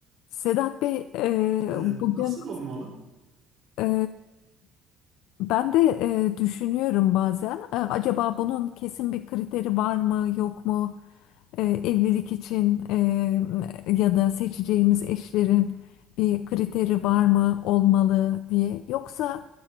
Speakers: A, on the left (about 80°); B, on the right (about 45°).
A: Sedat Bey, e,
B: Ee,
A: bugün
B: Nasıl olmalı?
A: e, ben de e, düşünüyorum bazen. E, acaba bunun kesin bir kriteri var mı, yok mu? E, evlilik için e, ya da seçeceğimiz eşlerin bir kriteri var mı, olmalı diye. Yoksa